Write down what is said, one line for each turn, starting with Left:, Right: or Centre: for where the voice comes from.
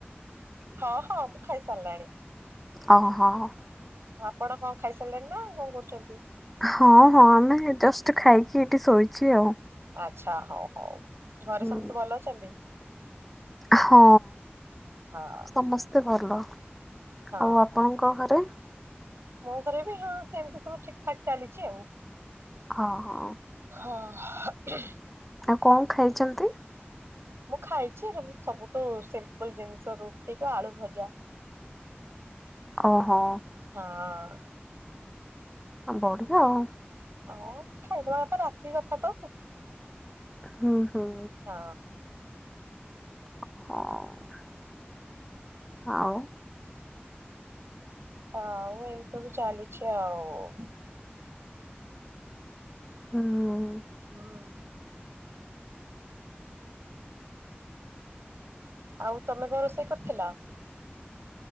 Right: ହଁ ହଁ ମୁଁ ଖାଇ ସାରିଲାଣି।
Centre: ଓହୋ।
Right: ଆପଣ କଣ ଖାଇସାରିଲେଣି ନା କଣ କରୁଛନ୍ତି?
Centre: ହଁ ହଁ ଆମେ ଜଷ୍ଟ୍ ଖାଇକି ଏଇଠି ଶୋଇଛି ଆଉ।
Right: ଆଚ୍ଛା ହଉ ହଉ ଘରେ
Centre: ହୁଁ
Right: ସମସ୍ତେ ଭଲ ଅଛନ୍ତି?
Centre: ହଁ
Right: ହଁ
Centre: ସମସ୍ତେ ଭଲ ଆଉ
Right: ହଁ
Centre: ଆପଣଙ୍କ ଘରେ?
Right: ମୋ ଘରେ ବି ହଁ ସେମିତି ସବୁ ଠିକ୍ ଠାକ୍ ଚାଲିଛି ଆଉ।
Centre: ହଁ ହଁ।
Right: ହଁ <unintelligible>
Centre: ଆଉ କଣ ଖାଇଛନ୍ତି?
Right: ମୁଁ ଖାଇଛି ସବୁଠୁ ସିମ୍ପଲ୍ ଜିନିଷ ରୁଟି କି ଆଳୁ ଭଜା।
Centre: ଓହୋ।
Right: ହଁ।
Centre: ବଢିଆ ଆଉ
Right: ହଁ ଖାଇଦେବା କଥା ରାତି କଥା ତଉ
Centre: ହୁଁ ହୁଁ।
Right: ହଁ।
Centre: <unintelligible> ଆଉ।
Right: ଆଉ ସବୁ ଚାଲିଛି ଆଉ।
Centre: ହଁ।
Right: ହୁଁ। ଆଉ ତମେ କଣ ରୋଷେଇ କରିଥିଲ?